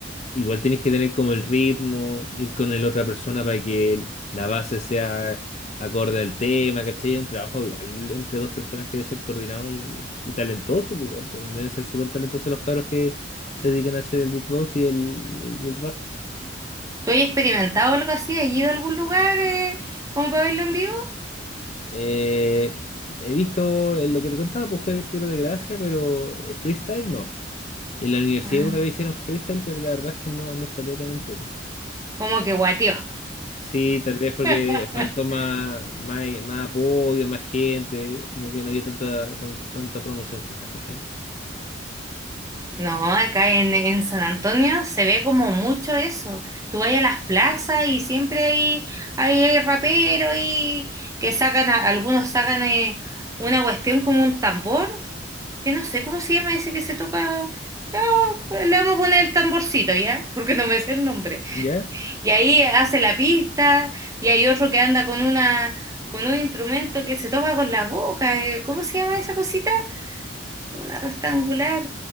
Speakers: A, on the left; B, on the right.
A: igual tenéis que tener como el ritmo, ir con el otra persona para que el- la base sea acorde al tema, ¿cachai? Un trabajo igual entre dos personas que debe ser coordinado y, y talentoso, pues igual, pues deben ser súper talentosos los cabros que se dedican a hacer el big boss y el, y el rap.
B: ¿Tú has experimentado algo así? ¿Has ido a algún lugar eh, como para verlo en vivo?
A: Eh, he visto eh, lo que te contaba, pues fue tiro de gracia, pero eh, freestyle no. Y en la universidad
B: Ah,
A: una vez hicieron freestyle, pero la verdad es que no, no salió tan entrete.
B: como que guateó.
A: Sí, tal vez porque
B: <laughs>
A: faltó más, más, más apoyo, más gente, como que no había tanta, tan- tanta promoción quizás, ¿cachai?
B: No, acá en, en San Antonio se ve como mucho eso. Tú vas a las plazas y siempre hay, hay raperos y que sacan, a- algunos sacan eh, una cuestión como un tambor, que no sé cómo se llama ese que se toca. Ya, le vamos a poner el tamborcito, ¿ya? Porque no me sé el nombre.
A: ¿Ya?
B: Y ahí hace la pista, y hay otro que anda con una, con un instrumento que se toca con la boca. eh, ¿Cómo se llama esa cosita? Una rectangular.